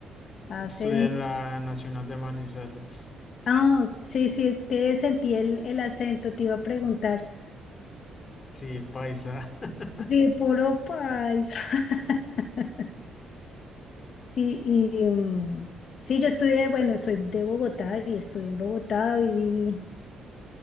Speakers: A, on the left (about 60°); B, on the left (about 40°).
A: Hace
B: Estudié en la Nacional de Manizales.
A: Ah, sí, sí, te sentí el, el acento, te iba a preguntar.
B: Sí, paisa. <laughs>
A: Sí, puro paisa. <laughs> Sí, y mm, sí, yo estudié, bueno, soy de Bogotá y estudié en Bogotá, viví,